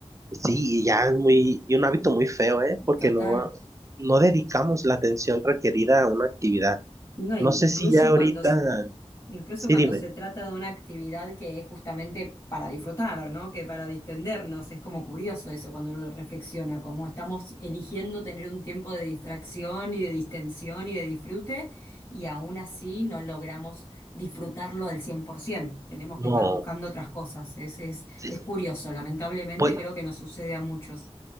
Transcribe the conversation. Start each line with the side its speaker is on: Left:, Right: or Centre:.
Right: sí, y ya es muy, y un hábito muy feo, ¿eh? Porque
Left: total.
Right: no, no dedicamos la atención requerida a una actividad.
Left: No, in-
Right: No sé
Left: incluso
Right: si ya ahorita,
Left: cuando, s- incluso
Right: sí,
Left: cuando
Right: dime,
Left: se trata de una actividad que es justamente para disfrutar, ¿no? Que para distendernos. Es como curioso eso cuando uno lo reflexiona, como estamos eligiendo tener un tiempo de distracción y de distensión y de disfrute, y aún así no logramos disfrutarlo al 100%. Tenemos
Right: no,
Left: que estar buscando otras cosas. Es, es,
Right: sí,
Left: es curioso. Lamentablemente
Right: pues
Left: creo que nos sucede a muchos.